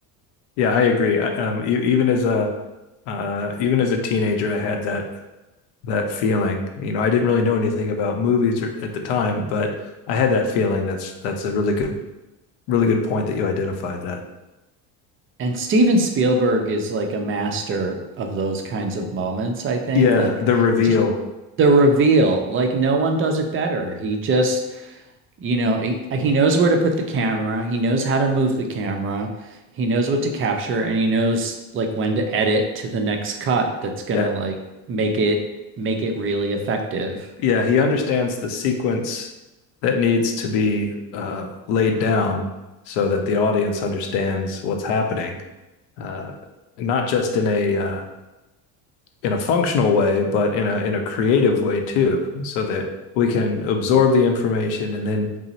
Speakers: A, on the left; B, on the right.
A: Yeah. I agree. I, um, e- even as a Uh, even as a teenager, I had that that feeling. You know, I didn't really know anything about movies or- at the time, but I had that feeling. That's that's a really good really good point that you identified that.
B: And Steven Spielberg is like a master of those kinds of moments, I think.
A: Yeah,
B: Like
A: the reveal.
B: just the reveal, like no one does it better. He just You know, he, he knows where to put the camera. He knows how to move the camera. He knows what to capture and he knows like when to edit to the next cut that's gonna
A: Yeah,
B: like make it make it really effective.
A: yeah, he understands the sequence that needs to be uh, laid down so that the audience understands what's happening, uh, not just in a uh, in a functional way, but in a in a creative way too, so that we can absorb the information and then